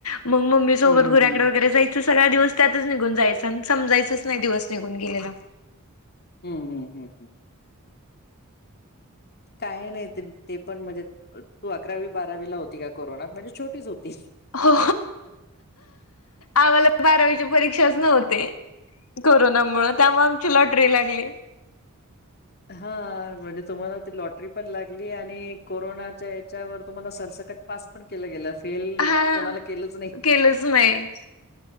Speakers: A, on the left; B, on the left.
A: मग मम्मी सोबत
B: हम्म हम्म
A: घुऱ्याकड
B: हम्म
A: वगैरे ज त सगळा दिवस त्यातच निघून जायचा आणि समजायच नाही दिवस निघून गेलेला.
B: हम्म हम्म हम्म हम्. काही नाही ते पण म्हणजे तू अकरावी बारावीला होती का कोरोनात म्हणजे छोटीच होती.
A: हो आम्हाला बारावीच्या परीक्षाच नव्हते कोरोनामुळे त्यामुळे आमची ल लॉटरी लागली
B: हा म्हणजे तुम्हाला ती लॉटरी पण लागली आणि कोरोनाच्या याच्यावर तुम्हाला सरसकट पास पण केलं गेलं फेल
A: हा
B: कोणाला केलंच नाही.
A: केलंच नाही